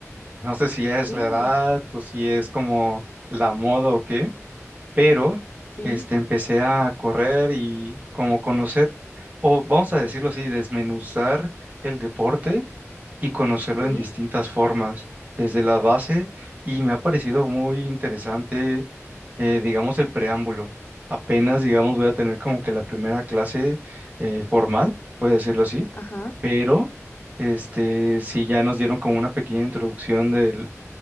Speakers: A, on the right; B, on the left.
A: No sé si es
B: Uh,
A: la edad o si es como la moda o qué, pero
B: sí,
A: este, empecé a correr y como conocer, o vamos a decirlo así, desmenuzar el deporte y conocerlo
B: sí,
A: en distintas formas, desde la base, y me ha parecido muy interesante eh, digamos, el preámbulo. Apenas, digamos, voy a tener como que la primera clase eh, formal, puede decirlo así,
B: ajá,
A: pero este, sí ya nos dieron como una pequeña introducción de